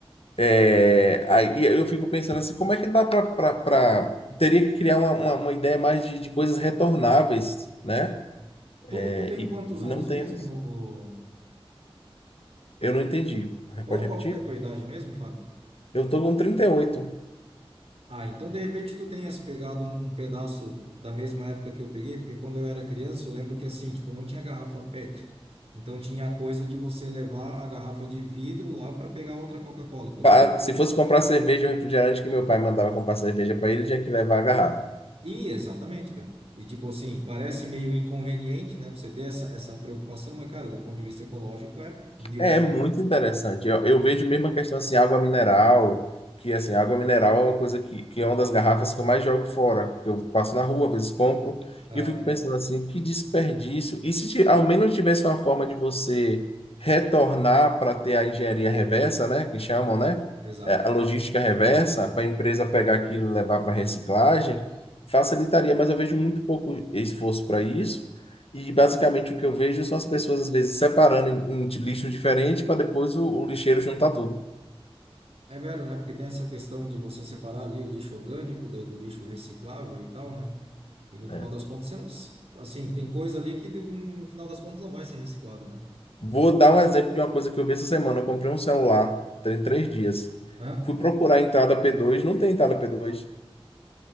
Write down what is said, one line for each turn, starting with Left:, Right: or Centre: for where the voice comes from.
Left: É, aí eu fico pensando assim, como é que dá para... Teria que criar uma, uma, uma ideia mais de, de coisas retornáveis, né?
Right: Tu,
Left: É,
Right: tu tem
Left: e,
Right: quantos
Left: e não
Right: anos
Left: temos.
Right: mesmo? ô-
Left: Eu não entendi.
Right: Qual,
Left: Pode
Right: qual
Left: repetir?
Right: que é a tua idade mesmo, Fábio?
Left: Eu tô com 38.
Right: Ah, então de repente tu tenhas pegado um, um pedaço da mesma época que eu peguei, porque quando eu era criança eu lembro que assim, tipo, não tinha garrafa PET. Então tinha a coisa de você levar a garrafa de vidro lá para pegar outra Coca-Cola, por
Left: Pa-
Right: exemplo.
Left: Se fosse comprar cerveja ou refrigerante que meu pai mandava comprar cerveja para ele, tinha que levar a garrafa.
Right: E exatamente, cara. E tipo assim, parece meio inconveniente, né, você ter essa, essa preocupação, mas cara, do ponto de vista ecológico é mil
Left: É
Right: vezes.
Left: muito interessante. Eu, eu vejo mesmo a questão assim, água mineral, que assim, água mineral é uma coisa que, que é uma das garrafas que eu mais jogo fora, que eu passo na rua, às vezes compro,
Right: Ah,
Left: e eu fico pensando assim, que desperdício. E se ti- ao menos tivesse uma forma de você retornar para ter a engenharia reversa, né, que chamam, né?
Right: exato.
Left: É, A logística reversa, para a empresa pegar aquilo e levar para reciclagem, facilitaria, mas eu vejo muito pouco esforço para isso. E basicamente o que eu vejo são as pessoas às vezes separando em, em lixo diferente para depois o, o lixeiro juntar tudo.
Right: É velho, né? Porque tem essa questão de você separar ali o lixo orgânico, daí do lixo reciclável e tal, né? E no final
Left: É.
Right: das contas, você não. s- Assim, tem coisa ali que no final das contas não vai ser reciclado, né?
Left: Vou dar um exemplo de uma coisa que eu vi essa semana. Eu comprei um celular, tem três dias.
Right: Hã?
Left: Fui procurar a entrada P2, não tem entrada P2